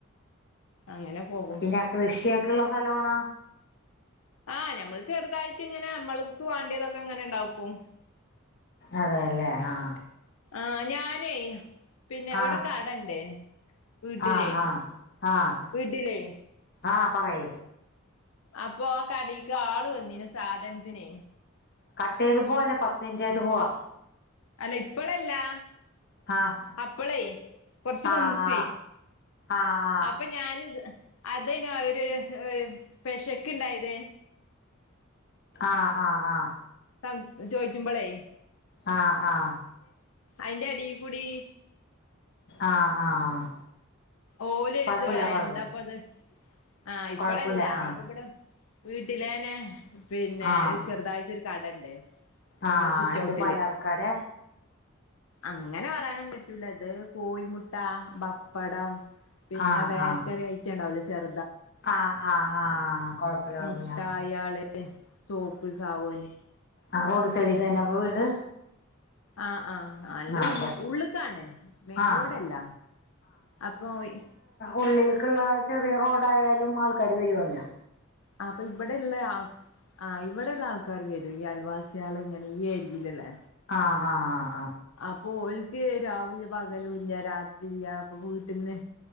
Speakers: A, on the left; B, on the left.
A: അങ്ങനെ പോകും
B: പിന്നെ കൃഷിയൊക്കെയിള്ള ഫലോണ
A: ആഹ് ഞമ്മള് ചെറുതായിട്ട് ഇങ്ങനെ മ്മൾക്ക് വേണ്ടിയതൊക്കെ ഇങ്ങനെ ഇണ്ടാക്കും
B: അതെല്ലേ ആഹ്
A: ആ ഞാനേ പിന്നെ ഇവിടെ
B: ആഹ്
A: കടണ്ടേ വീട്ടിലേ
B: ആഹ് ആഹ് ആഹ്
A: വീട്ടിലേ
B: ആഹ് പറയ്
A: അപ്പൊ ആ കടക്ക് ആള് വന്നീന് സാധനത്തിനെ
B: കട്ട് ചെയ്ത് പോവല്ലേ പത്ത് ൻറ്റ് കയ്ട്ട് പോവാ
A: അല്ല ഇപ്പളല്ലാ
B: ആഹ്
A: അപ്പളേ കുറച്ച്
B: ആഹ്
A: മുമ്പേ
B: ആഹ് ആഹ്
A: അപ്പൊ ഞാന് അതനോ അവര് പെശക്ക് ഇണ്ടായത്
B: ആ ആ ആ
A: പങ് ചോയ്ചുമ്പളെ
B: ആ ആ
A: ഐന്റെ അടീകുടി
B: ആഹ് ആഹ്
A: ഓലെര്തും
B: കൊഴപ്പില്ല കൊഴപ്പില്ല
A: എന്താപ്പത് ആഹ് ഇപ്പളല്ലാ
B: കൊഴപ്പില്ല ആഹ്
A: അപ്പബടെ വീട്ടിലേനെ പിന്നെ
B: ആഹ്
A: ചെറുതായിറ്റൊര് കടണ്ട്
B: ആഹ്
A: ബടെ സിറ്റ്ഔട്ടില്
B: എന്ത് പാലർക്കാടെ
A: അങ്ങനെ പറയാനൊന്നും പ പറ്റൂലത് കോയിമുട്ട, ബപ്പടം പിന്നെ
B: ആഹ്
A: ബേക്കറി
B: ആഹ്
A: ഐറ്റണ്ടാവൂലെ ചെർ
B: ആഹ് ആഹ് ആഹ് കൊഴപ്പല്ല കൊഴപ്പല്ല
A: മുട്ടായാള് സോപ്പ് സാവോന്
B: ആ റോഡ് സൈഡ് തന്നെ അപ്പൊ വീട്
A: ആഹ ആഹ് അല്ല
B: ആഹ് അപ്പൊ
A: ഉള്ള് ഉള്ള്ക്കാണ് മെയിൻ
B: ആഹ്
A: റോഡല്ല അപ്പൊ ഇ
B: ഉള്ളില്ക്ക്ള്ള ചെറിയ റോഡായാലും ആൾക്കാര് വരോല്ല
A: ആ അപ്പ ഇവടെള്ള ആൾ ആഹ് ഇവടെ ഉള്ള ആൾക്കാര് വരും ഈ അൽവാസികള് ഇങ്ങനെ ഈ ഏരിയീല്ള്ളേ
B: ആഹ് ആഹ് ആ
A: അപ്പൊ ഓല്ക്ക് രാ വൂല പകലൂല്ല രാത്രീല്ല അപ്പൊ വീട്ട്ന്ന്